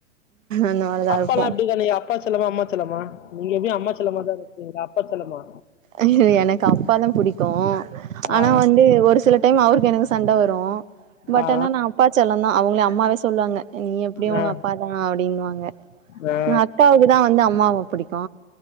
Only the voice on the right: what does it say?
அந்த மாரிதா
இருப்போ
அய்யோ எனக்கு அப்பா தா புடிக்கு
ஆனா வந்து ஒரு சில டைம் அவுருக்கு எனக்கு சண்ட வரு பட்
ஆனா நா அப்பா செல்லந்தா அவுங்ளே அம்மாவே சொல்வாங்க நீ எப்டியு
உங்க அப்பா தா அப்டின்வாங்க
அக்காவுக்குதா வந்து அம்மாவ பிடிக்